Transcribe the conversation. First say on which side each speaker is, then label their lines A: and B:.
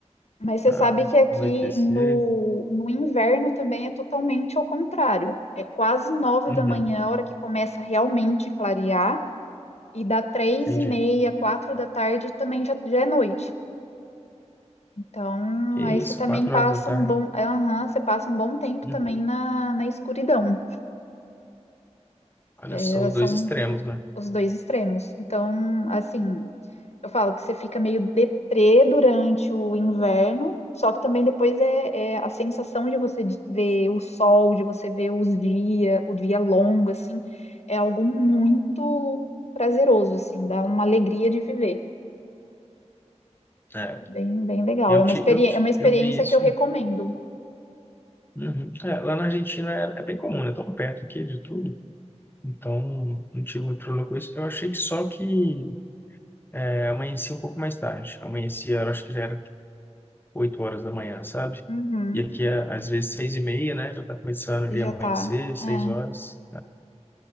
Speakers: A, on the left (about 65°); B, on the left (about 15°).
A: mas você
B: Ah,
A: sabe que aqui
B: anoitecer.
A: no, no inverno também é totalmente ao contrário. É quase nove
B: Uhum,
A: da manhã, a hora que começa realmente clarear, e dá três
B: entendi.
A: e meia, quatro da tarde também já, já é noite. Então,
B: Que isso,
A: aí você também
B: quatro
A: passa
B: horas da tarde.
A: um bom, aham, você passa um bom tempo
B: Uhum.
A: também na, na escuridão.
B: Olha
A: É,
B: só os
A: são
B: dois extremos, né?
A: os dois extremos. Então, assim, eu falo que você fica meio deprê durante o inverno, só que também depois é, é a sensação de você de- ver o sol, de você ver os dias, o dia longo, assim, é algo muito prazeroso, assim, dá uma alegria de viver.
B: É,
A: É bem, bem legal.
B: eu
A: É uma
B: te,
A: experiência,
B: eu te,
A: é uma experiência
B: eu vi isso.
A: que eu recomendo.
B: Uhum. É, lá na Argentina é, é bem comum, é tão perto aqui de tudo. Então, não tive muito problema com isso. Eu achei que só que é, amanhecia um pouco mais tarde. Amanhecia, eu acho que já era tipo, oito horas da manhã, sabe?
A: Uhum,
B: E aqui, é, às vezes, seis e meia, né? Já tá começando ali
A: já
B: a amanhecer,
A: tá.
B: seis
A: É,
B: horas.